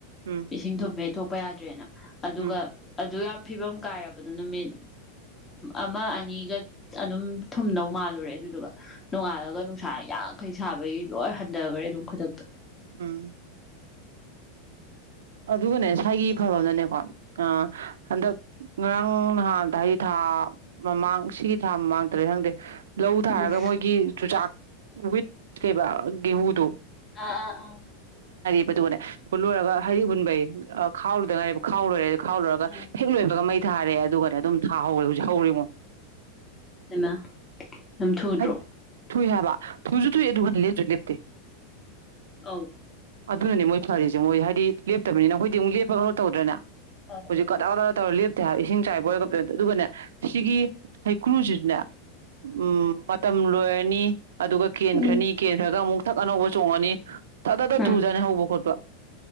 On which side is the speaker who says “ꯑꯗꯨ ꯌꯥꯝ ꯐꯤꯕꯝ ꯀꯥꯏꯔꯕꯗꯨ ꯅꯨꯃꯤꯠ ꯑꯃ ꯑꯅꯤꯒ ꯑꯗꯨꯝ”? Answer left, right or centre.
Left